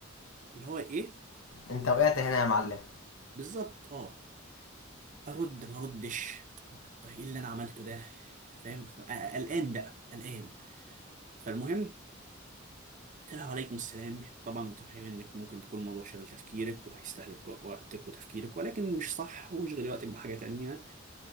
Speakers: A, on the right (about 40°); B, on the left (about 80°).
A: اللي هو ايه
B: انت وقعت هنا يا معلم
A: بالظبط اه ارد ما اردش طيب ايه اللي انا عملته ده فاهم ف- آه، قلقان بقى قلقان فالمهم قلت لها عليكم السلام طبعا متفهم انك ممكن تكون الموضوع شغل تفكيرك وهيستهلك وقتك وتفكيرك ولكن مش صح واشغلي وقتك بحاجه تانية